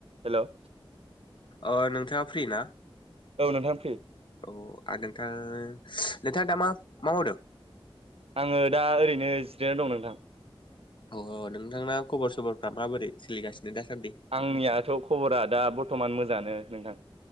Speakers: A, on the right; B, on the left.
A: हेल'
B: ओ नोंथाङा फ्रि ना
A: औ नोंथां फ्रि
B: औ आ नोंथां नोंथाङा दा मा मा मावदों
A: आङो दा ओरैनो जिरायना दं नोंथां
B: औ औ नोंथांना खबर सबरफ्रा माबोरै सोलिगासिनो दासान्दि
A: आंनियाथ' खबरा दा बर्थ'मान मोजाङानो नोंथां